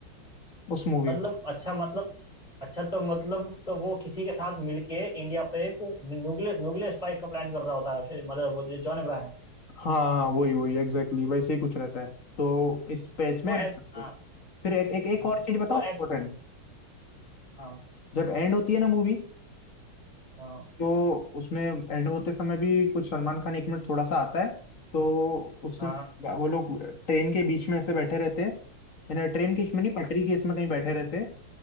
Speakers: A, on the left; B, on the left.
A: उस मूवी
B: मतलब
A: में
B: अच्छा मतलब अच्छा तो मतलब तो वो किसी के साथ मिलके इंडिया पे एक न्यूक्लियर न्यूक्लियर स्ट्राइक का प्लान कर रहा होता है शे- मतलब वो जो जॉन अब्राहम
A: हाँ हाँ वही वही एग्जैक्टली exactly, वैसे ही कुछ रहता है तो इस पेज
B: तो
A: में
B: एस
A: end करते
B: हाँ
A: हैं। फिर एक एक, एक
B: हम्म,
A: और चीज बताऊं
B: तो
A: इम्पोर्टेंट
B: एस हाँ
A: जब एंड होती है ना मूवी
B: हाँ
A: तो उसमें एंड होते समय भी कुछ सलमान खान एक मिनट थोड़ा सा आता है तो उसमें
B: हाँ
A: वो लोग ट्रेन के बीच में ऐसे बैठे रहते हैं यानी ट्रेन के बीच में नहीं पटरी के इसमें कहीं बैठे रहते हैं